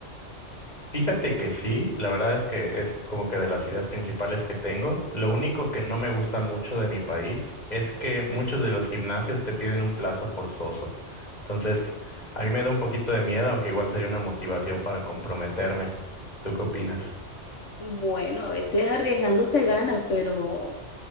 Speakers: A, on the left; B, on the left.
A: Fíjate que sí, la verdad es que es como que de las ideas principales que tengo. Lo único que no me gusta mucho de mi país es que muchos de los gimnasios te piden un plazo forzoso. Entonces, a mí me da un poquito de miedo, aunque igual sería una motivación para comprometerme. ¿Tú qué opinas?
B: Bueno, a veces arriesgando se gana, pero